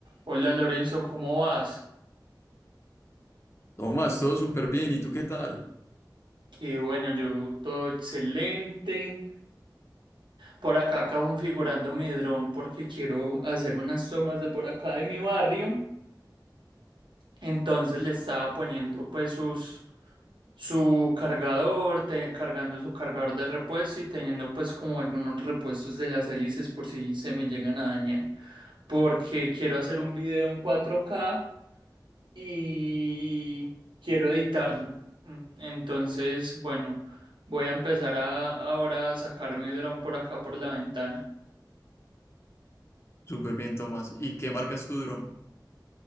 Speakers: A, on the right; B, on the left.
A: Hola Lorenzo, ¿cómo vas?
B: Tomás, todo súper bien. ¿Y tú qué tal?
A: Qué bueno, yo todo excelente. Por acá acabo configurando mi dron porque quiero hacer unas tomas de por acá de mi barrio. Entonces le estaba poniendo pues sus, su cargador, te- cargando su cargador de repuesto y teniendo pues como algunos repuestos de las hélices por si se me llegan a dañar. Porque quiero hacer un video en cuatro k y quiero editarlo. Mm, Entonces, bueno, voy a empezar a, ahora a sacar mi dron por acá por la ventana.
B: Súper bien, Tomás. ¿Y qué marcas tu dron?